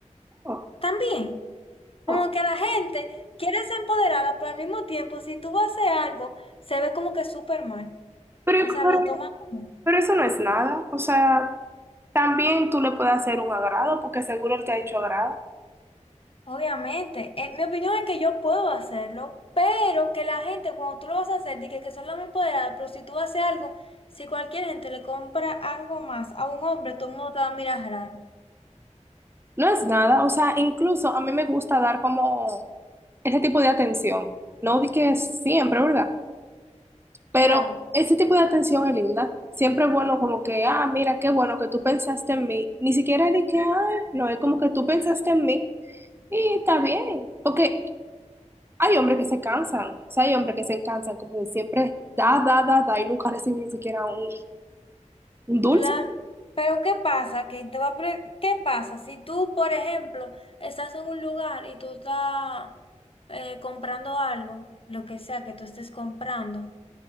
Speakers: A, on the right; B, on the left.
A: Oh,
B: También. Como
A: oh.
B: que la gente quiere ser empoderada, pero al mismo tiempo, si tú vas a hacer algo, se ve como que súper mal.
A: Pero,
B: O sea,
A: pero,
B: lo toma como.
A: pero eso no es nada. O sea, también tú le puedes hacer un agrado, porque seguro él te ha hecho agrado.
B: Obviamente, eh, mi opinión es que yo puedo hacerlo, pero que la gente, cuando tú lo vas a hacer, dice que son las más empoderadas, pero si tú haces algo, si cualquier gente le compra algo más a un hombre, todo el mundo te va a mirar raro.
A: No es nada. O sea, incluso a mí me gusta dar como ese tipo de atención. No di que siempre, ¿verdad? Pero
B: Claro.
A: ese tipo de atención es linda. Siempre es bueno como que, ah, mira, qué bueno que tú pensaste en mí. Ni siquiera de que, ah, no, es como que tú pensaste en mí. Y está bien, porque hay hombres que se cansan, o sea, hay hombres que se cansan como de siempre da, da, da, da y nunca reciben ni siquiera un, un dulce.
B: Claro, pero ¿qué pasa? Que te va a pre- ¿Qué pasa si tú, por ejemplo, estás en un lugar y tú estás eh, comprando algo, lo que sea que tú estés comprando,